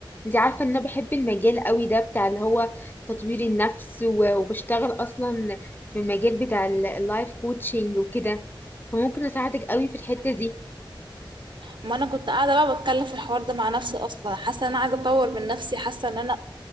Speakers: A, on the left; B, on the right.
A: انتي عارفة ان انا بحب المجال قوي ده بتاع اللي هو تطوير النفس و- وبشتغل اصلا في المجال بتاع ال- اللايف كوتشنج وكده فممكن اساعدك قوي في الحتة دي
B: ما انا كنت قاعدة بقى بتكلم في الحوار ده مع نفسي اصلا حاسة ان انا عايزة اطور من نفسي حاسة ان انا